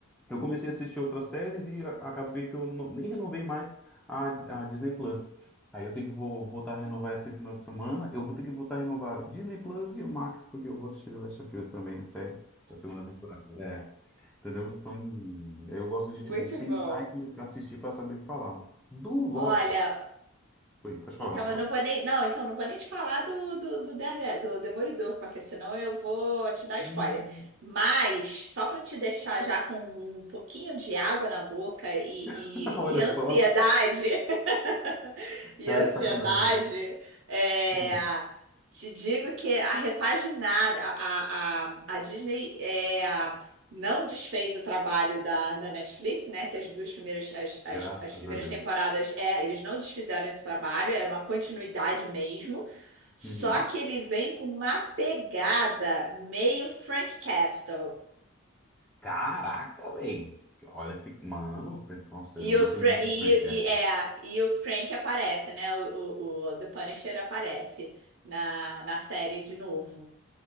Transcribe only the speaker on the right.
Muito
bom.
Olha,
então
eu não vou nem. Não, então eu não vou nem te falar do, do, do, Derde- do Demolidor, porque senão eu vou te dar spoiler.
Mas, só para te deixar já com um pouquinho de água na boca e,
e, e ansiedade,
<laughs> <laughs> E
a ansiedade,
é,
te digo que a repaginada, a, a, a, a Disney é, não desfez o trabalho da, da Netflix, né? Que as duas primeiras, as, as,
as primeiras
temporadas, é, eles não desfizeram esse trabalho, é uma continuidade mesmo. Só
que ele vem com uma pegada meio Frank Castle.
E
o,
Fra
e,
e, é, e o Frank aparece, né? O, o, o The Punisher aparece na, na série de novo.